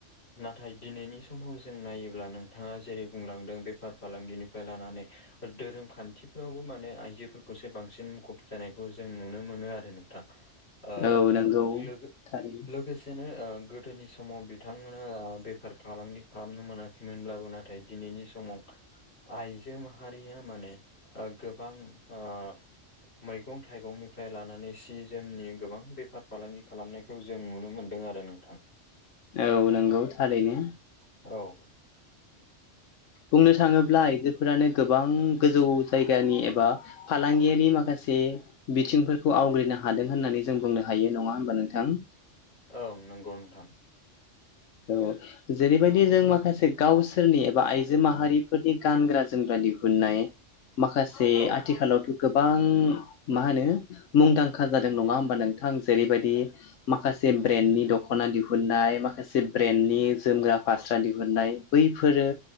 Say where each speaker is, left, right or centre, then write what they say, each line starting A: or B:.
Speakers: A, on the left; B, on the left.
A: नाथाय दिनैनि समाव जों नायोब्ला नोंथाङा जेरै बुंलांदों बेफार फालांगिनिफ्राय लानानै ओ धोरोम खान्थिफोरावबो माने आइजोफोरखौसो बांसिन मुखुब जानायखौ जों नुनो मोनो आरो नोंथां। ओ
B: औ नंगौ
A: लोगो
B: थारैनो
A: लोगोसेनो ओ गोदोनि समाव बिथांमोन ओ बेफार फालांगि खालामनो मोनाखैमोनब्लाबो नाथाय दिनैनि समाव आइजो माहारिया माने ओ गोबां ओ मैगं थाइगंनिफ्राय लानानै सि जोमनि गोबां बेफार फालांगि खालामनाय खौ जों नुनो मोन्दों आरो नोंथां।
B: औ नोंगौ थारैनो।
A: औ
B: बुंनो थाङोब्ला आइजोफोरानो गोबां गोजौ जायगानि एबा फालांगियारि माखासे बिथिंफोरखौ आवग्रिनो हादों होननानै जों बुंनो हायो नङा होमबा नोंथां?
A: ओं नंगौ नोंथां।
B: औ जेरैबायदि जों माखासे गावसोरनि एबा आइजो माहारिफोरनि गानग्रा जोमग्रा दिहुननाय माखासे
A: औ
B: आथिखालावथ' गोबां मा होनो मुंदांखा जादों नङा होमबा नों थां जेरैबादि माखासे ब्रेन्डनि दख'ना दिहुननाय माखासे ब्रेन्डनि जोमग्रा फास्रा दिहुननाय बैफोरो